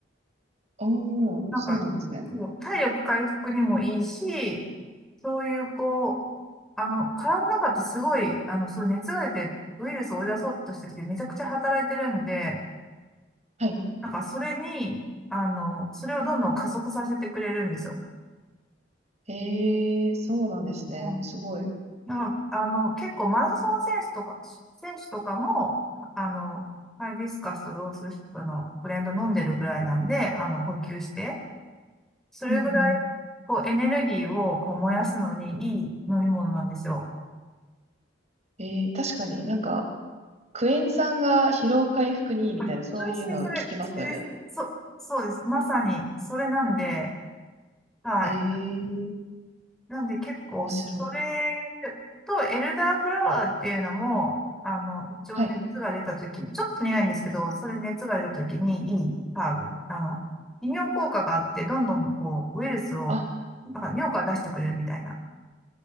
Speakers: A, on the right; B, in the centre.
A: おー、
B: なんか、
A: そうなんですね。
B: もう体力回復にもいいし、そういうこう、あの、体の中ってすごい、あの、そう、熱が出てウイルスを追い出そうとしてる時めちゃくちゃ働いてるんで、
A: はい。
B: なんかそれに、あの、それをどんどん加速させてくれるんですよ。
A: ええ、そうなんですね。
B: うん。
A: すごい。
B: なんか、あの、結構マラソン選手とか、選手とかも、あの、ハイビスカスとローズヒップのブレンド飲んでるぐらいなんで、あの、補給して、それぐらい、
A: うんうん。
B: こう、エネルギーをこう燃やすのにいい飲み物なんですよ。
A: ええ、確かになんか、クエン酸が疲労回復にいいみたいな、
B: あ、
A: そういうの聞きますよね。
B: それそれそれ、それです。そ、そうです。まさに、それなんで、はい。
A: ええ、
B: なんで結構、
A: 面白い。
B: それと、エルダーフラワーっていうのも、あの、一応熱が出たとき、
A: はい。
B: ちょっと苦いんですけど、それ熱が出たときにいいハーブ。あの、利尿効果があって、どんどんこう、ウイルスを、
A: あ、
B: なんか尿から出してくれるみたいな。